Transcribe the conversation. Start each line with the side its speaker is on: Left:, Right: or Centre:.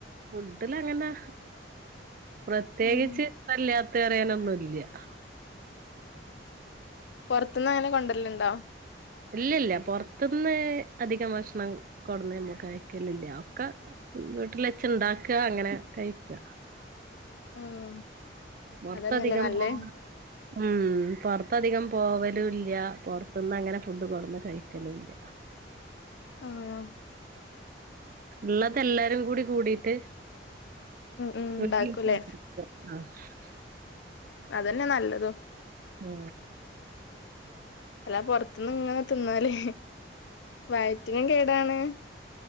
Right: ഫുഡിലങ്ങനെ പ്രത്യേകിചിഷ്ടല്ലാത്ത
Left: ഉം
Right: അറിയാനൊന്നുംല്ല
Left: പുറത്തുന്ന് അങ്ങനെ കൊണ്ട ണ്ടോ
Right: ഇല്ലല്ല പുറത്തന്ന് അധികം ഭക്ഷണം കൊണ്ടന്ന്മ്മ കഴിക്കലില്ല ഒക്കെ വീട്ടില വച്ച ഇണ്ടാക്കുക അങ്ങനെ കഴിക്കുക
Left: ഉം
Right: പുറത്തധികം
Left: അതന്നെല്ലേ നല്ലേ
Right: പോ ഉം പുറത്തധികം പോവലുംല്ല പുറത്തന്ന് അങ്ങനെ ഫുഡ് കൊടുന്ന് കഴിക്കലുംല്ല
Left: ആഹ് ആഹ്
Right: ഉള്ളതെല്ലാരും കൂടി കൂടീട്ട്
Left: ഉം
Right: <unintelligible>
Left: ഉണ്ടാക്കൂലേ അതന്നെ നല്ലതും.
Right: ആ
Left: അല്ലാ പുറത്തുന്നും ഇങ്ങനെ തിന്നാലേ വയറ്റിനും കേടാണ്.